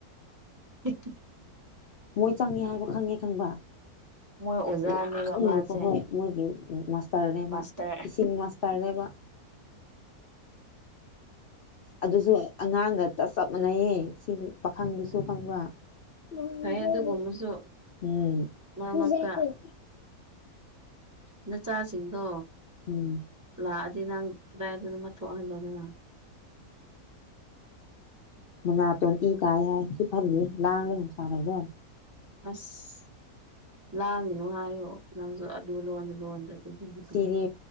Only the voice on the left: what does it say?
ꯃꯣꯏ ꯆꯪꯉꯦ ꯍꯥꯏꯕ ꯈꯪꯉꯦ ꯈꯪꯕ
ꯂꯥꯡꯉꯒꯀꯣ
ꯍꯣꯏ ꯃꯣꯏꯒꯤ ꯃꯥꯁꯇꯔꯅꯦꯕ
ꯐꯤꯁꯤꯡ ꯃꯥꯁꯇꯔꯅꯦꯕ ꯑꯗꯨꯁꯨ ꯑꯉꯥꯡꯒꯇ ꯆꯞ ꯃꯥꯟꯅꯩꯌꯦ ꯁꯤ ꯄꯥꯈꯪꯗꯨꯁꯨ
ꯈꯪꯕ꯭ꯔ <unintelligible>
ꯎꯝ
<unintelligible>
ꯎꯝ
ꯃꯅꯥꯇꯣꯟ ꯏ ꯇꯥꯏ ꯍꯥꯏ ꯁꯤꯞꯍꯜꯂꯤ ꯂꯥꯡꯂꯦ ꯑꯃꯨꯛ ꯁꯥꯔꯦ ꯂꯣꯏ
ꯁꯤꯗꯤ